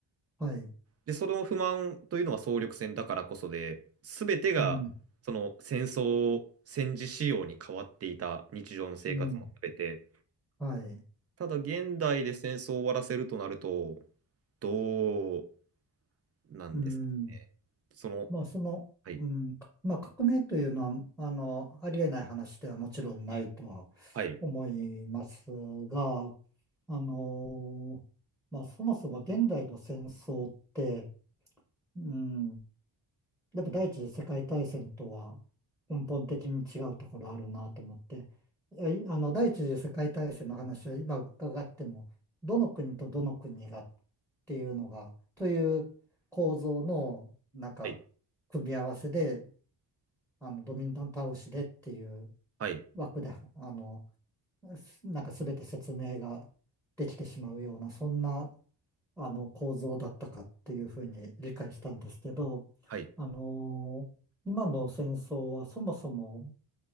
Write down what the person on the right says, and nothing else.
で、その不満というのは総力戦だからこそで、すべてが、
その戦争、戦時仕様に変わっていた日常の生活もすべて、
ただ現代で戦争を終わらせるとなると、どうなんですかね。
その、
はい、
はい、
はい、
はい、
はい。